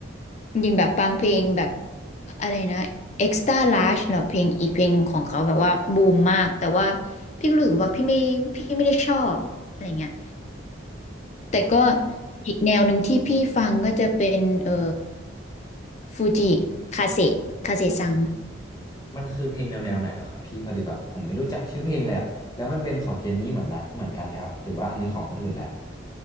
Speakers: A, on the left (about 35°); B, on the left (about 20°).
A: จริงๆแบบบางเพลงแบบอะไรนะ extra large เหรอเพลงอีกเพลงหนึ่งของเขาแบบว่าบูมมากแต่ว่าพี่ก็รู้สึกว่าพี่ไม่พี่ไม่ได้ชอบอะไรเงี้ย
B: ่า
A: แต่ก็อีกแนวหนึ่งที่พี่ฟังก็จะเป็นเอ่อฟูจิคาเซคาเซซัง
B: มันคือเพลงแนวแนวไหนเหรอครับพี่พอดีแบบผมไม่รู้จักชื่อเพลงเลยอะแล้วมันเป็นของเจนนี่เหมือนนัดเหมือนกันไหมครับหรือว่าอันนี้ของคนอื่นแหละ